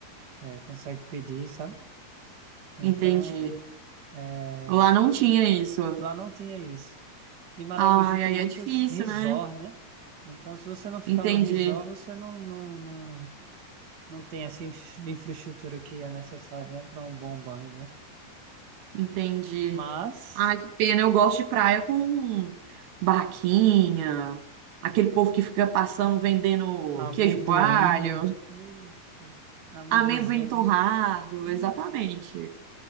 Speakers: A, on the right (about 55°); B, on the right (about 80°).
A: é, consegue pedir, sabe? Então,
B: entendi.
A: é,
B: Lá não tinha isso.
A: Lá não tinha isso. E Maragogi
B: Ai,
A: tem
B: aí
A: muitos
B: é difícil,
A: resort,
B: né?
A: né? Então, se você não ficar
B: Entendi,
A: no resort, você não, não, não, não tem essa infra- infraestrutura que é necessária, né, para um bom banho, né?
B: entendi.
A: Mas
B: Ai, que pena. Eu gosto de praia com barraquinha, aquele povo que fica passando vendendo
A: amendoim,
B: queijo coalho,
A: eita, amendoinzinho,
B: amendoim torrado,
A: vamos- hum,
B: exatamente.